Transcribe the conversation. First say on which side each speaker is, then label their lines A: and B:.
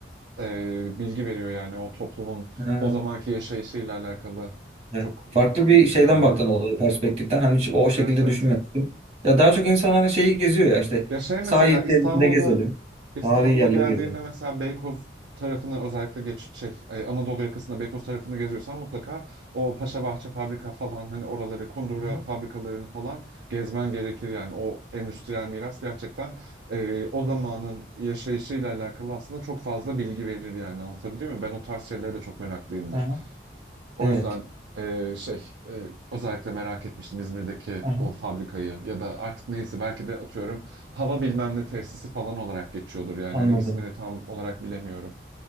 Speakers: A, on the right; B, on the right.
A: e, bilgi veriyor yani o toplumun
B: Ee,
A: o zamanki yaşayışıyla alakalı
B: Evet.
A: çok
B: Farklı
A: iyi
B: bir
A: bilgiler
B: şeyden
A: veriyor.
B: baktın olaya, perspektiften. Hani hiç o, o şekilde
A: Evet evet.
B: düşünmemiştim. Ya daha çok insanlar hani şeyi geziyor ya işte
A: Ya şey mesela
B: sahil
A: İstanbul'da
B: şeridinde gezelim.
A: İstanbul'a
B: Tarihi yerleri
A: geldiğinde
B: gezelim.
A: mesela Beykoz tarafını özellikle geç şey e, Anadolu yakasında Beykoz tarafını geziyorsan mutlaka o Paşabahçe fabrika falan hani oraları Kundura
B: Hı hı.
A: fabrikalarını falan gezmen gerekir yani o endüstriyel miras gerçekten e, o zamanın yaşayışıyla alakalı aslında çok fazla bilgi verir yani anlatabiliyor muyum? Ben o tarz şeylere de çok meraklıyımdır.
B: Aha,
A: O
B: evet.
A: yüzden e, şey e, özellikle merak etmiştim İzmir'deki
B: Aha,
A: o fabrikayı ya da artık neyse belki de atıyorum hava bilmem ne tesisi falan olarak geçiyordur yani
B: anladım.
A: hani ismini tam olarak bilemiyorum.